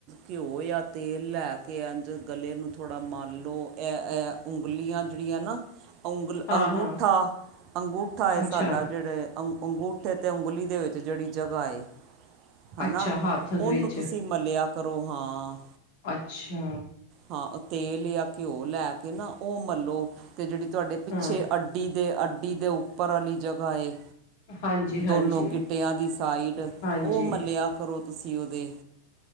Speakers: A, on the right; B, on the left.
A: ਘਿਓ ਯਾਂ ਤੇਲ ਲੈ ਕਿ ਅੰਜ ਗਲੇ ਨੂੰ ਥੋੜ੍ਹਾ ਮਲ ਲਓ ਇਹ ਇਹ ਉਂਗਲੀਆਂ ਜਿੜੀਆਂ ਨਾ ਉਂਗਲ
B: ਹਾਂ
A: ਅੰਗੂਠਾ,
B: ਹਾਂ
A: ਅੰਗੂਠਾ ਹੈ
B: ਅੱਛਾ
A: ਸਾਡਾ ਜਿਹੜੇ ਅੰ ਅੰਗੂਠੇ ਤੇ ਉਂਗਲੀ ਦੇ ਵਿੱਚ ਜਿਹੜੀ ਜਗ੍ਹਾ ਏ ਹਨਾ
B: ਅੱਛਾ ਹੱਥ ਦੇ
A: ਉਹਨੂੰ
B: ਵਿੱਚ
A: ਤੁਸੀ ਮਲਿਆ ਕਰੋ ਹਾਂ।
B: ਅੱਛਾ।
A: ਹਾਂ ਤੇਲ ਯਾਂ ਘਿਓ ਲੈ ਕੇ ਨਾ ਉਹ ਮੰਲੋ। ਤੇ ਜਿਹੜੀ ਤੁਹਾਡੇ ਪਿੱਛੇ
B: ਹਾਂ
A: ਅੱਡੀ ਦੇ- ਅੱਡੀ ਦੇ ਉੱਪਰ ਵਾਲੀ ਜਗ੍ਹਾ ਏ
B: ਹਾਂਜੀ ਹਾਂਜੀ
A: ਦੋਨੋ ਗਿਟਆਂ ਦੀ ਸਾਈਡ
B: ਹਾਂਜੀ
A: ਉਹ ਮੱਲਿਆ ਕਰੋ ਤੁਸੀਂ ਉਹਦੇ।